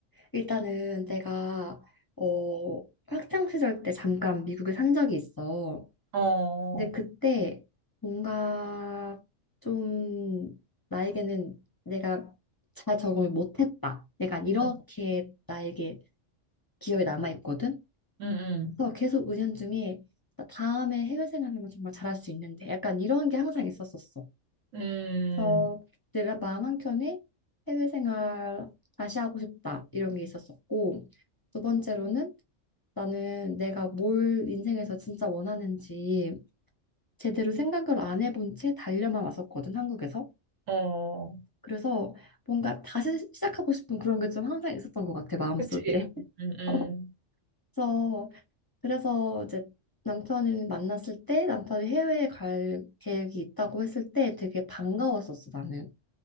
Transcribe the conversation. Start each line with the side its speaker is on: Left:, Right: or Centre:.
Left: 일단은 내가, 어, 학창 시절 때 잠깐 미국에 산 적이 있어.
Right: 어.
Left: 근데 그때 뭔가 좀 나에게는 내가 잘 적응을 못했다. 약간 이렇게
Right: 음.
Left: 나에게 기억에 남아있거든.
Right: 음.
Left: 그래서 계속 은연 중에 나 다음에 해외 생활만 정말 잘할 수 있는데 약간 이런 게 항상 있었었어.
Right: 음.
Left: 그래서 내 마음 한켠에 해외 생활 다시 하고 싶다 이런 게 있었었고 두 번째로는 나는 내가 뭘 인생에서 진짜 원하는지 제대로 생각을 안 해본 채 달려만 왔었거든 한국에서.
Right: 음. 어.
Left: 그래서 뭔가 다시 시작하고 싶은 그런 게 좀 항상 있었던 것 같아 마음속에.
Right: 그치. 음. 음.
Left: <laughs> 그래서 그래서 이제 남편을 만났을 때 남편이 해외에 갈 계획이 있다고 했을 때 되게 반가웠었어, 나는.